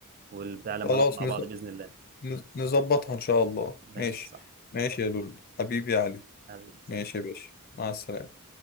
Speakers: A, on the right; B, on the left.
A: والبتاع لما
B: خلاص
A: نقعد مع
B: نز-
A: بعض بإذن الله
B: نز- نظبطها ان شاء الله
A: ماشي
B: ماشي
A: يا صاحبي
B: ماشي يا لول حبيبي يا علي
A: حبيبي سلام
B: ماشي يا باشا مع السلامه